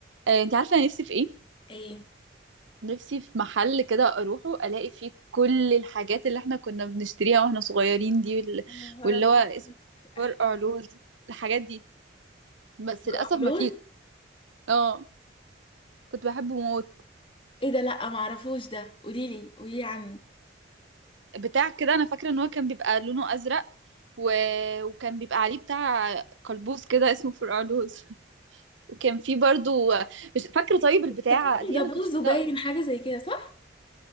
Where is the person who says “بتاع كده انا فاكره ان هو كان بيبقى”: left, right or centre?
Right